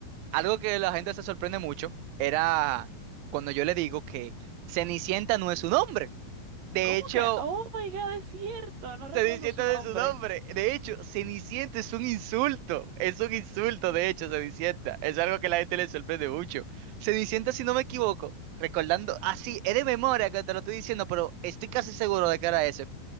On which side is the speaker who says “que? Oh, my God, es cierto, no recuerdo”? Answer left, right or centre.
Right